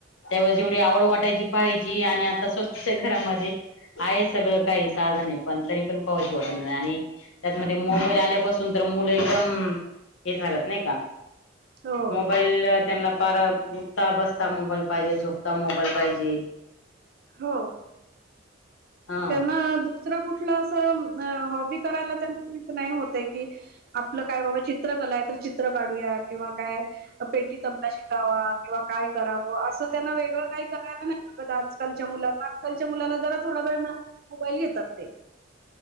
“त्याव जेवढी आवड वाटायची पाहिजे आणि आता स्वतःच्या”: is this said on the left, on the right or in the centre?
Left